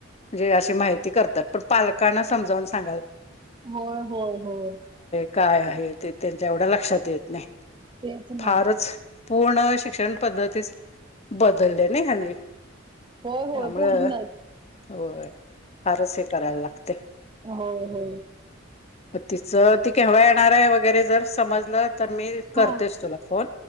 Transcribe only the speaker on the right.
होय होय होय
तेच ना
होय होय
पूर्णच
हो हो
हा